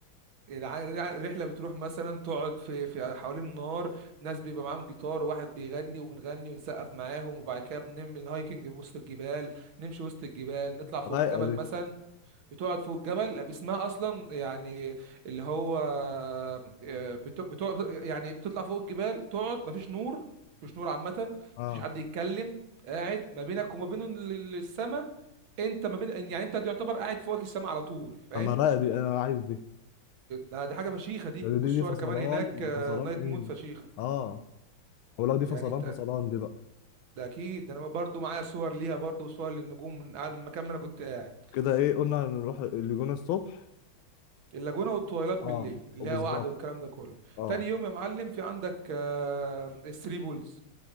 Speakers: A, on the right; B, on the left.
A: الع- الرحله بتروح مثلا تقعد في في حوالين النار ناس بيبقى معاهم جيتار واحد بيغني وبنغني ونسقف معاهم وبعد كده بنعمل الهايكنج وسط الجبال نمشي وسط الجبال نطلع فوق
B: رايقه
A: الجبل
B: دي
A: مثلا بتقعد فوق الجبل اسمها اصلا يعني اللي هو آه، بت- بتقعد يعني بتطلع فوق الجبال تقعد مفيش نور مفيش نور عامه
B: اه
A: مفيش حد يتكلم قاعد ما بينك وما بين السماء انت ما بين يعني انت تعتبر قاعد فوقك السماء على طول فاهم
B: طب ما رايقه دي انا عايز دي
A: ده دي حاجه فشيخه دي
B: ده دي دي,
A: والصور
B: دي فصلان
A: كمان هناك آه،
B: فصلان
A: نايت
B: ايه
A: مود فشيخه
B: اه ولو دي
A: يعني
B: فصلان
A: انت
B: فصلان دي بقى
A: ده اكيد ده انا برضو معايا صور ليها برضو وصور للنجوم من قاعد- من المكان ما انا كنت قاعد
B: كده ايه قلنا نروح الجونة الصبح
A: اللاجونه والتويلات
B: اه
A: بالليل اللي
B: وبالظبط
A: هي وعد والكلام ده كله
B: اه
A: تاني يوم يا معلم في عندك آه، الثري بولز